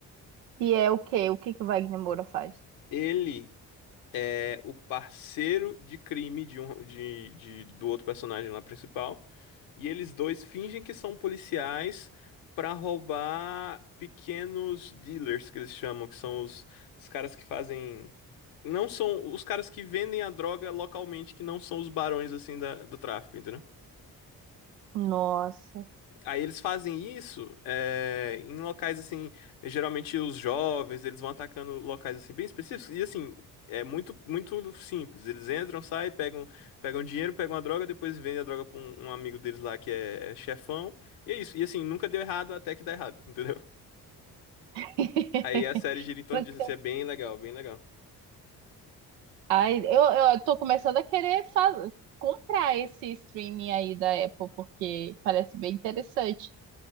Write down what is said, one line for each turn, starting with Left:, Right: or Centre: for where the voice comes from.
Right: E é o quê? O que que o Wagner Moura faz?
Left: Ele é o parceiro de crime de um, de, de- do outro personagem lá principal. E eles dois fingem que são policiais para roubar pequenos dealers, que eles chamam, que são os, os caras que fazem. Não são os caras que vendem a droga localmente, que não são os barões assim da, do tráfico, entendeu?
Right: Nossa.
Left: Aí eles fazem isso é, em locais assim, geralmente os jovens, eles vão atacando locais assim bem específicos e assim, é muito muito simples. Eles entram, saem, pegam pegam dinheiro, pegam a droga, depois vendem a droga pra um, um amigo deles lá que é, é chefão. E é isso. E assim, nunca deu errado até que dá errado, <laughs> entendeu?
Right: <laughs>
Left: Aí a série gira em torno
Right: Nunca-
Left: disso, assim, é bem legal, bem legal.
Right: Ai, eu, eu tô começando a querer fa- comprar esse streaming aí da Apple, porque parece bem interessante.